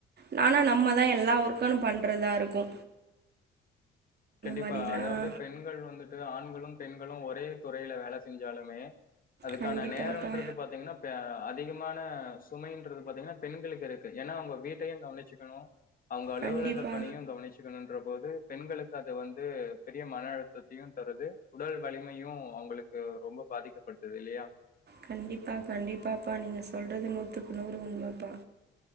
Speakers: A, on the right; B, on the left.
A: நானா நம்ம தா எல்லா ஒர்க்கு நம் பண்றதா ருக்கு
B: கண்டிப்பா
A: மாரிலாம்
B: அதாவ்து பெண் ண்கள் வந்துட்டு ஆண்களும் பெண்களு ஒரே துறைய்ல வேல செஞ்சாலுமே அதுக்கான
A: கண்டிப்பாப்பா.
B: நேரன்றது பாத்தீங்கன்னப் ப அதிகமான சுமைன்றது பாத்தீங்கன்னா பெண்களுக்கு இருக்கு ஏன்னா அவ்ங்க வீட்டையு கவனிச்சுக்கணு அவ்ங் அலுவலக
A: கண்டிப்பா.
B: பணியு கவனிச்சுக்கணுன்ற போது பெண்களுக் அத வந்து பெ ரிய மன அழுத்தத்தையு தருது உடல் வலிமையு அவ்ங்களுக்கு ரொம்ப பாதிக்கப்பட்டுது இல்லையா
A: கண்டிப்பா கண்டிப்பாப்பா நீங்க சொல்றது நூத்துக் நூறு உண்மப்பா